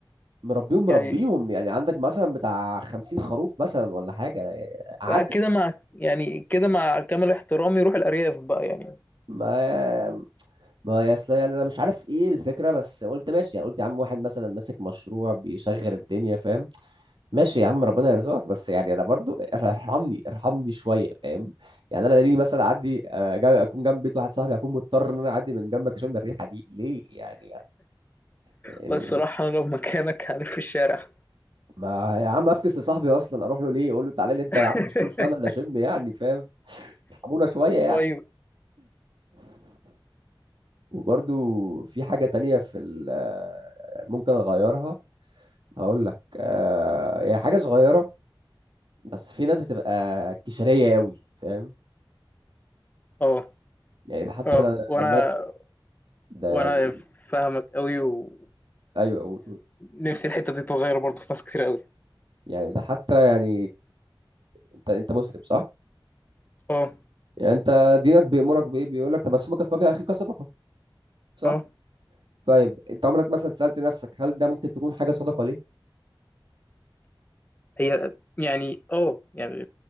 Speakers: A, on the right; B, on the left.
A: مربيهم مربيهم
B: يعني
A: يعني عندك مثلا بتاع خمسين خروف مثلا ولا حاجة عدد
B: لا كده مع يعني كده مع كامل احترامي روح الأرياف بقى يعني
A: ما ما يا اصل يعني انا مش عارف ايه الفكره بس قلت ماشي يعني قلت يا عم واحد مثلا ماسك مشروع بيشغل الدنيا فاهم ماشي يا عم ربنا يرزقك بس يعني انا برضو <laughs> ار- ارحمني ارحمني شويه فاهم يعني انا ليه مثلا اعدي آه، جا- اكون جنب بيت واحد صاحبي اكون مضطر ان انا اعدي من جنبك عشان الريحه دي ليه يعني يعني
B: لا الصراحة
A: ال- ال-
B: أنا لو مكانك هلف في الشارع
A: ما يا عم افكس لصاحبي اصلا اروح له ليه اقول له تعالى لي انت
B: <laughs>
A: يا عم مش كل شويه انا اللي اشم يعني فاهم ارحمونا شويه يعني
B: أيوه
A: وبرضو في حاجه تانية في ال- آه، ممكن اغيرها هقول لك آه هي حاجة صغيرة بس في ناس بتبقى كشرية قوي فاهم
B: أه
A: يعني ده حتى
B: أه
A: ده
B: وأنا
A: ده, ده, ده
B: وأنا
A: يعني
B: فاهمك أوي ويعني
A: ايوه قول قول.
B: نفسي الحتة دي تتغير برضه في ناس كتير أوي
A: يعني ده حتى يعني انت انت مسلم صح؟
B: أه
A: يعني انت دينك بيأمرك بايه؟ بيقول لك تبسمك في وجه اخيك صدقة صح؟
B: أه
A: طيب انت عمرك مثلا سألت نفسك هل ده ممكن تكون حاجة صدقة ليه؟
B: هي يعني أه يعني